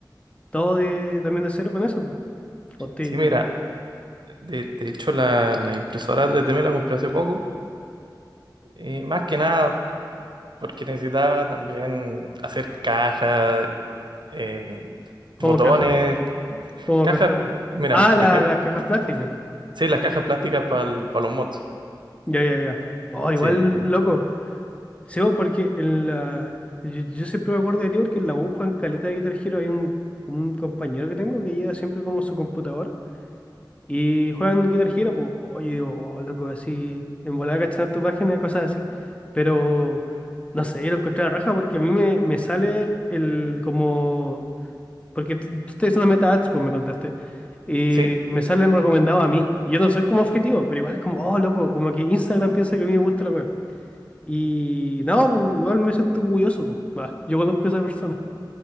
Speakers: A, on the left; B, on the right.
A: todo de, también de cero con eso, pues. Hostia,
B: Sí, mira,
A: la-
B: de, de hecho la, la impresora 3D me la compré hace poco, eh, más que nada porque necesitaba también hacer cajas, eh,
A: ¿cómo
B: botones,
A: caja? ¿Cómo
B: cajas,
A: caja?
B: mira,
A: Ah,
B: por
A: la-
B: ejemplo,
A: las cajas plásticas.
B: sí, las cajas plásticas para los mods,
A: Ya, ya, ya. Oh, igual,
B: sí,
A: loco. Sí, po, porque en la, yo, yo siempre me acuerdo de ti porque en la aguja en Caleta de Guitar Hero hay un, como un compañero que tengo que lleva siempre como su computador Y juegan Guitar Hero, pues, oye, digo, oh, loco, así, en volada cachar tu página, cosas así. Pero, no sé, yo lo encontré a la raja porque a mí me, me sale el como. Porque tú tú estás haciendo meta ads, pues me contaste. Y
B: sí.
A: me salen recomendados a mí. Y yo no soy como objetivo, pero igual es como, oh, loco, como que Instagram piensa que a mí me gusta la web. Y no, pues igual me siento orgulloso, pues. Va, yo conozco a esa persona.